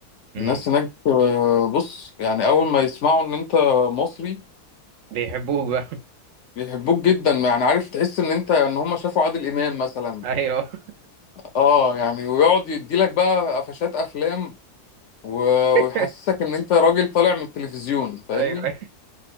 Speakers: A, on the right; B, on the left.
A: امم
B: الناس هناك آه، بص يعني أول ما يسمعوا إن أنت مصري
A: بيحبوك بقى
B: بيحبوك جدا يعني عارف تحس إن أنت إن هم شافوا عادل إمام مثلا
A: <laughs> ايوه
B: اه يعني ويقعد يديلك بقى قفشات افلام و- ويحسسك
A: <laughs>
B: ان انت راجل طالع من التلفزيون فاهمني
A: ايوه ايوه